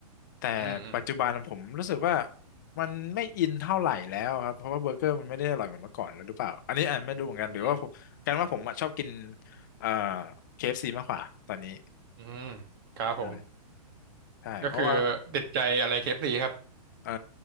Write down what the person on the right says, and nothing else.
อืมอืม
อืม
อืมครับผม
ก็คือติดใจอะไรเคเอฟ f c ครับ <laughs>